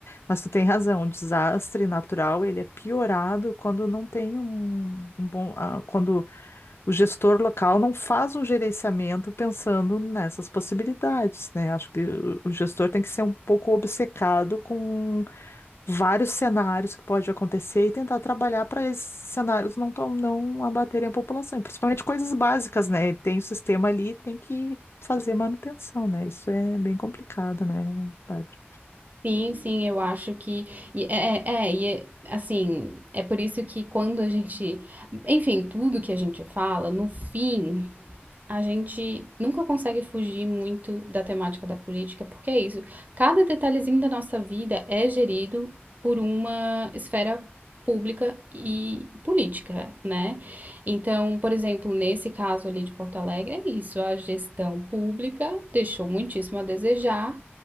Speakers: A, on the left; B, on the right.
A: Mas tu tem razão, o desastre natural, ele é piorado quando não tem um, um bom, ah, quando o gestor local não faz um gerenciamento pensando nessas possibilidades, né? Acho que o o gestor tem que ser um pouco obcecado com vários cenários que pode acontecer e tentar trabalhar para esses cenários não, tom- não abaterem a população, e principalmente coisas básicas, né? Tem o sistema ali, tem que fazer manutenção, né? Isso é bem complicado, né, Bárbara?
B: Sim, sim, eu acho que. E é, é, é, e é, assim, é por isso que quando a gente. Enfim, tudo que a gente fala, no fim, A gente nunca consegue fugir muito da temática da política, porque é isso. Cada detalhezinho da nossa vida é gerido por uma esfera pública e política, né? Então, por exemplo, nesse caso ali de Porto Alegre, é isso. A gestão pública deixou muitíssimo a desejar,